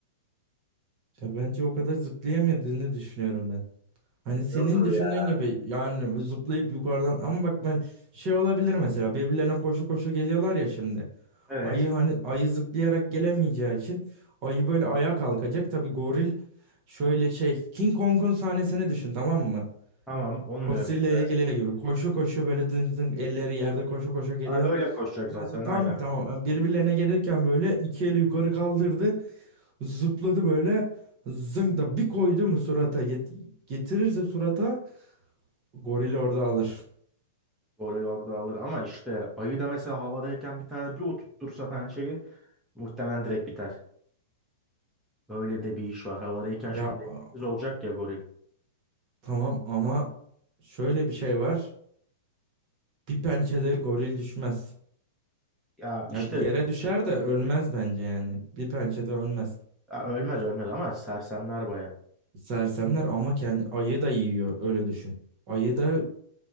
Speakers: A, on the right; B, in the centre.
A: Ya bence o kadar zıplayamadığını düşünüyorum ben. Hani senin
B: Yoldur
A: düşündüğün
B: ya.
A: gibi yani zıplayıp yukarıdan ama bak ben şey olabilir mesela birbirlerine koşu koşu geliyorlar ya şimdi.
B: Evet.
A: Ayı hani ayı zıplayarak gelemeyeceği için ayı böyle ayağa kalkacak. Tabii goril Şöyle şey King Kong'un sahnesini düşün tamam mı?
B: Tamam onu
A: Godzilla
B: diyorum işte.
A: ile geliyor gibi. Koşu koşu böyle dın dın elleri yerde koşu koşu geliyor.
B: Ha, öyle koşacak
A: Ondan
B: zaten
A: sonra tam
B: aynen.
A: tamam yani birbirlerine gelirken böyle iki eli yukarı kaldırdı. Zıpladı böyle. Zınk da bir koydu mu surata yet- getirirse surata gorili orada alır.
B: Goril orada alır ama işte ayı da mesela havadayken bir tane bir oturtursa pençeyi muhtemelen direkt biter. Böyle de bir iş var. Havadayken
A: Ya
B: şimdi dengesiz
A: a-
B: olacak ya goril.
A: tamam ama şöyle bir şey var. Bir pençede goril düşmez.
B: Ya işte
A: Ya yere düşer de ölmez bence yani. Bir pençede ölmez.
B: ya ölmez ölmez ama sersemler baya.
A: Sersemler ama kendi ayı da yiyor öyle düşün. Ayı da